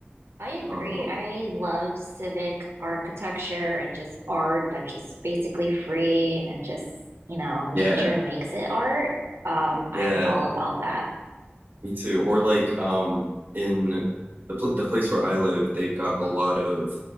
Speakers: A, on the right; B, on the right.
A: I agree.
B: Um
A: I love civic architecture and just art that's just basically free and just, you know, nature
B: Yeah,
A: makes it art. Um, I'm
B: yeah,
A: all about that.
B: me too. Or like um in the pl the place where I live, they've got a lot of